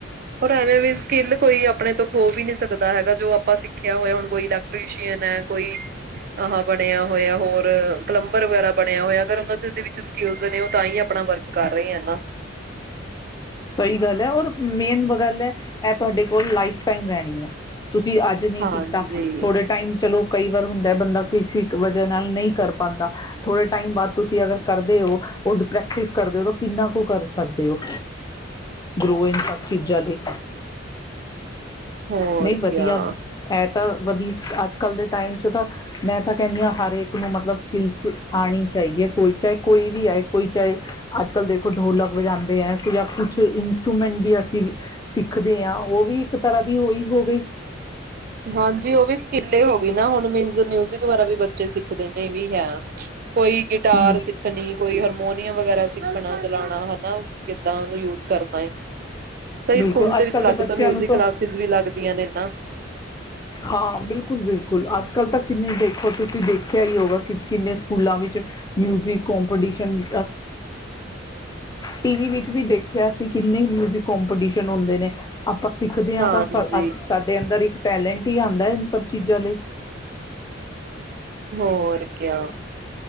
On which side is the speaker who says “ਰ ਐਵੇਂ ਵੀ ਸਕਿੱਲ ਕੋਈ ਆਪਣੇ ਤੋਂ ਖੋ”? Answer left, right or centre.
Right